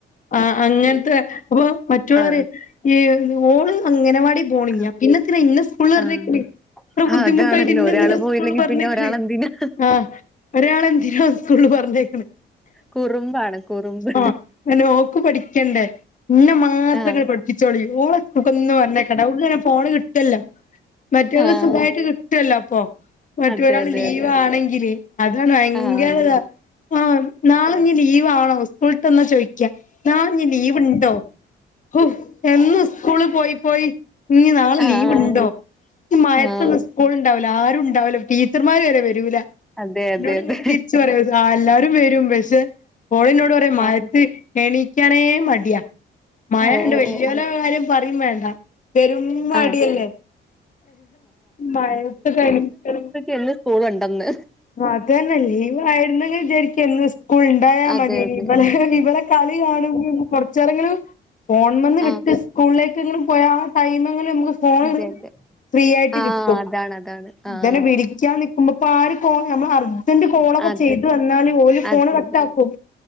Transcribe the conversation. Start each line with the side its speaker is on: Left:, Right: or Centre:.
Left: ആഹ് അങ്ങനത്തെ അപ്പൊ മറ്റോള്
Centre: ആ,
Left: അറിയും ഓള് അങ്ങനവാടി പോണില്ല
Centre: ആ.
Left: പിന്നെന്തിനാ എന്ന സ്കൂളി പറഞ്ഞയക്ക്ണെ
Centre: ആഹ്
Left: ഇത്ര ബുദ്ധിമുട്ടായിട്ട്
Centre: അതാണല്ലോ
Left: ഇന്നെന്തിനോ
Centre: ഒരാള് പോയില്ലെങ്കി
Left: സ്കൂളിൽ പറഞ്ഞേക്കണേ
Centre: പിന്നെ ഒരാളെന്തിനാ
Left: ആ ഒരാള് എന്തിനോ സ്കൂളിൽ പറഞ്ഞേക്
Centre: കുറുമ്പാണ് കുറുമ്പ്
Left: ആഹ് പിന്നെ ഓക്ക് പഠിക്കണ്ടേ ഇന്നെ മാത്രങ്ങള്
Centre: ആഹ്
Left: പഠിപ്പിച്ചോളി ഓള് <unintelligible> പറഞ്ഞ <unintelligible> ഫോണ് കിട്ടുല്ലോ മറ്റവക്ക്
Centre: ആഹ്
Left: സുഖായിട്ട് കിട്ടുവല്ലോ അപ്പൊ മറ്റൊരാള്
Centre: അതെ അതെ
Left: ലീവാണെങ്കില്
Centre: അതെ
Left: അത് ഭയങ്കര
Centre: ആഹ് അതെ
Left: ഇതാ ആഹ് നാളെ ഇഞ്ഞ് ലീവാണോ സ്കൂള്ട്ട്ന്ന ചോയിക്കാ. നാളഞ്ഞി ലീവുണ്ടോ ഹു എന്നും സ്കൂള് പോയി പോയി നി നാളെ
Centre: ആഹ്
Left: ലീവുണ്ടോ ഈ മയത്തൊന്നും
Centre: ആഹ്
Left: സ്കൂളണ്ടാവുല ആരുണ്ടാവുല്ല ടീച്ചർമാര് വരെ വ രൂല
Centre: അതെ അതെ
Left: ഇന്നോടിങ്ങട്ട്
Centre: അതെ
Left: തിരിച്ച് പറയും അഹ് ആ എല്ലാരും വരും പക്ഷ ഓളിന്നോടൊ ടെ മയത്ത്
Centre: ആഹ്
Left: എണിക്കാനേ മടിയാ. മയൊണ്ട്
Centre: ആഹ് ഓഹ് ഓഹ്
Left: വല്ല്യോലെ
Centre: ഓഹ്
Left: കാര്യം പറേം വേണ്ട. പെരും മടിയല്ലേ
Centre: ആഹ്
Left: മയത്ത് കളിക്കണം.
Centre: എന്നും സ്കൂളുണ്ടന്ന്.
Left: അതന്നെ ലീവായിരുന്നെങ്കിൽ വിചാരിക്ക ഇന്ന് സ്കൂൾ ണ്ടായാ
Centre: അതെ
Left: മതിനി
Centre: അതെ
Left: ഇവലെ ഇവടെ കളി കാണുമ്പോ കൊറച്ചേരെങ്കിലു ഫോൺമന്ന് വിട്ട്
Centre: ആഹ്
Left: സ്കൂളിലേക്കെങ്കിലും പോയാ ആ ടൈമെങ്ങിലും നമുക്ക് ഫോൺ
Centre: അതെ അതെ
Left: ഫ്രീ ആയിട്ട്
Centre: ആഹ്
Left: കിട്ടും
Centre: അതാണ് അതാണ്
Left: <unintelligible>
Centre: ആഹ്
Left: പിടി ക്കാ നിക്കുമ്പോ പാളി പോം നമ്മളറിയുന്ന ജൻ്റ് കോളൊക്കെ
Centre: അതെ
Left: ചെയ്തു വന്നാല് ഓല് ഫോൺ
Centre: അതെ
Left: കട്ടാക്കും
Centre: അതെ